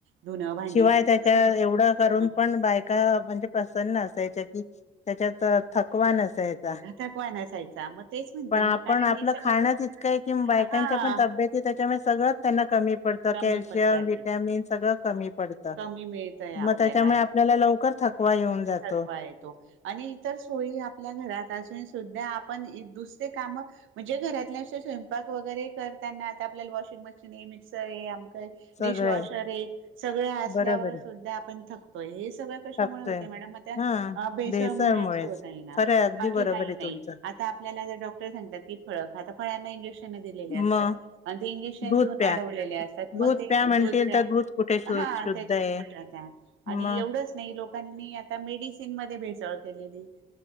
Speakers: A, on the right (about 80°); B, on the left (about 35°).
A: धुनं भांडी
B: शिवाय त्याच्या
A: सगळं
B: एवढं करून
A: मग
B: पण बायका का म्हणजे प्रसन्न असायच्या कि त्याच्यात थकवा नसायच. का
A: थकवा नसायचा मग तेच म्हणते
B: पण आपण
A: मी कारण
B: आपलं
A: हे सगळं
B: खाणच
A: कस
B: इतक आहे कि, बायकांच्या
A: हा
B: पण तब्येतीत त्याच्यामुळे सगळं त्यांना कमी पडत.
A: कमी
B: कॅल्शियम,
A: पदार्थ
B: व्हिटामिन सगळं कमी आता
A: कमी मिळतय आपल्याला
B: मग त्याच्यामुळे आपल्याला लवकर थकवा येऊन जातो
A: थकवा येतो. आणि इतर सोयी आपल्या घरात असून सुद्धा आपण एक -दुसरे काम म्हणजे घरातले असे स्वयंपाक वगैरे करताना आता आपल्याला वॉशिंग मशीन ये, मिक्सर ये
B: सगळे
A: डिशवॉशर ये. सगळे असल्यावर
B: बरोबर आहे
A: सुद्धा आपण थकतोय हे सगळ
B: थकतोय.
A: त्यामध्ये त्या
B: हा
A: अपेशा
B: भेसळमुळेच
A: मुळेच होतय ना,
B: खरं आहे अगदी
A: बाकी
B: बरोबर
A: काही
B: आहे
A: नाही.
B: तुमचं
A: आता आपल्याला जर डॉक्टर सांगतात की, फळ खा. आता फळांना इंजेक्शन त्यांना दिलेलं असतं
B: मग
A: आणि ते इंजेक्शन
B: दूध
A: देऊन
B: प्या
A: वाढलेले असतात
B: दूध
A: मग ते
B: प्या म्हणतील
A: दूध
B: तर कुठे शु
A: हा
B: शुद्ध
A: त्याच्या
B: आहे
A: कुठ्र त्या आणि
B: मग
A: एवढंच नाही लोकांनी आता मेडिसिन मध्ये भेसळ केली.